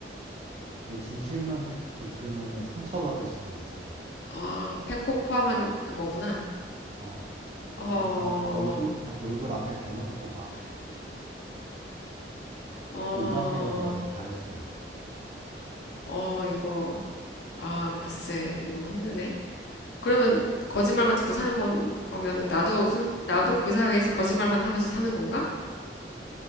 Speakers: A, on the right; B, on the left.
A: 근데 진실만 들으면은 상처받을 수도 있어.
B: 아, 팩폭 포함한 거구나.
A: 어,
B: 어,
A: 그냥 어, 얼굴, 그냥 얼굴 앞에 대놓고 막
B: 어,
A: 오만때만 말을 다 할 수 있어.
B: 어, 이거 아, 글쎄, 이거 힘드네. 그러면 거짓말만 듣고 사는 건 거면은 나도 술 나도 그 사회에서 거짓말만 하면서 사는 건가?